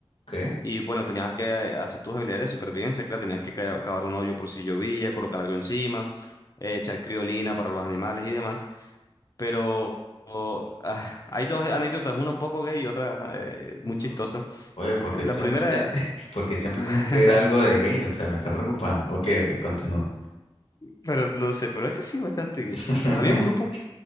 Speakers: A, on the left; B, on the left.
A: Okay.
B: Y bueno, tenías que hacer tus habilidades de supervivencia, claro, tenías que ca- cavar un hoyo por si llovía, colocar algo encima, eh, echar criolina para los animales y demás. Pero o- ah, <laughs> hay dos anécdotas, una un poco gay y otra eh,
A: Mm,
B: muy chistosa.
A: Oye, porque
B: Eh, La
A: siempre
B: primera,
A: tiene, <laughs> porque siempre
B: <laughs>
A: tiene que ver algo de gay, o sea, me está preocupando. Ok, ok, continúa.
B: pero no sé, pero esto sí bastante gay.
A: <laughs>
B: Había un grupo